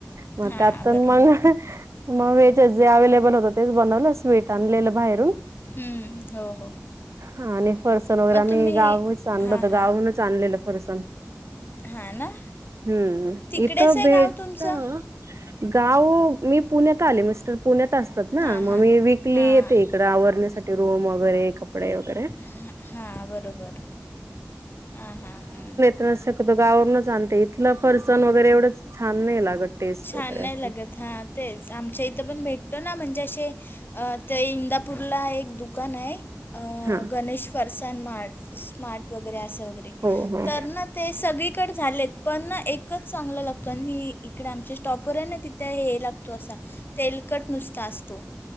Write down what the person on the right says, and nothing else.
मग
त्यात पण
मग मग व्हेजच. जे अव्हेलेबल होतं तेच बनवलं स्वीट आणलेलं बाहेरून.
हो फरसाण वगैरे
आम्ही
गावाहुनच आणलं
होतं. गावाहूनच
आणलेलं फरसाण.
हम्म
इथं
भेटतं.
गाव मी पुण्यात आले मिस्टर पुण्यात असतात ना
मग
मी वीक ली
येते. इकडे आवरण्यासाठी रूम वगैरे कपडे. वगैरे
तर शक्यतो गावावरूनच आणते. इथलं फरसाण वगैरे एवढंच छान नाही लागत टेस्ट
वगैरे
असं
हा
हो हो